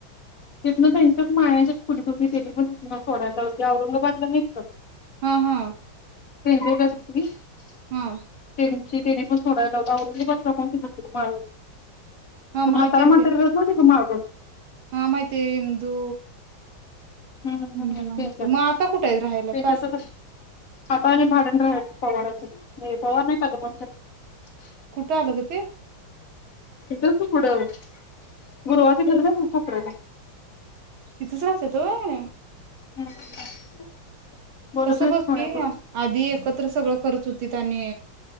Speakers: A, on the left (about 50°); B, on the right (about 80°).
A: तिथनं त्यांच्या मायाच्या खोलीत होती त्यांनी पण तिथं सोडायला लावले औरंगाबादला नाहीत का
B: हा हा
A: <unintelligible>
B: हं
A: त्यांची तेनी पण सोडायला लावली औरंगाबादचा
B: हा माहितीय
A: <unintelligible> म्हातारा म्हातारी राहतं नव्हती काय माग
B: माहितीये इंदू
A: हूं हूं
B: इंदू ना
A: त्याच्याकड
B: मग
A: त्यांच्या
B: आता कुठं आहेत राहायला तास
A: संग आता आणि भाड्यान राहायच पवाराच्यात ते पवार नाय का गं त्यांच्यात
B: कुठं आलं गं ते
A: त्याच्या की पुढं गुरवाची घरं नाही व्हय कोपऱ्याला
B: तिथेच राहत्यात होयं
A: <inaudible>
B: कसं
A: नाहीत
B: बघ
A: सोन्या
B: की
A: ताई
B: आधी एकत्र सगळं करत तिथं आणि